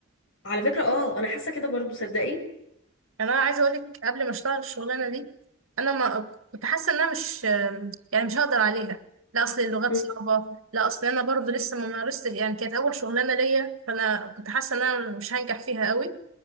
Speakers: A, on the left; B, on the right.
A: على فكره اه انا حاسه كده برضو صدقي
B: يعني انا عايزه اقول لك قبل ما اشتغل الشغلانه دي انا ما كنت حاسه ان انا مش يعني مش هقدر عليها لا اصل اللغات
A: مم.
B: صعبه لا اصل انا برضو لسه ما مارستش يعني كانت اول شغلانه ليا فانا كنت حاسه ان انا مش هنجح فيها قوي